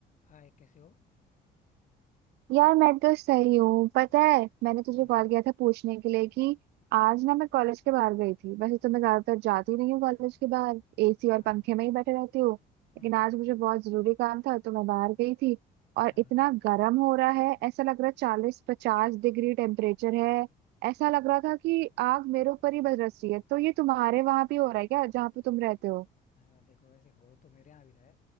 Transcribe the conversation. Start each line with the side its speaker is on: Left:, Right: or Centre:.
Left: हाय कैसे हो
Right: यार मैं तो सही हूँ पता है मैंने तुझे
Left: हम्म
Right: कॉल किया था पूछने के लिए कि आज ना मैं कॉलेज के बाहर गई थी वैसे तो मैं ज्यादातर जाती नहीं हूँ कॉलेज के बाहर एसी और
Left: हाँ
Right: पंखे में ही बैठे रहती हूँ लेकिन
Left: हम्म
Right: आज मुझे बहुत जरूरी काम था तो मैं बाहर गई थी और
Left: हाँ
Right: इतना गर्म हो रहा है ऐसा लग रहा है चालीस पचास डिग्री टेम्परेचर है ऐसा लग रहा था कि आग मेरे ऊपर ही बरस रही है तो ये तुम्हारे वहां भी हो रहा है क्या जहाँ पे तुम रहते हो
Left: हाँ देखो वैसे हो तो मेरे यहाँ भी रहा है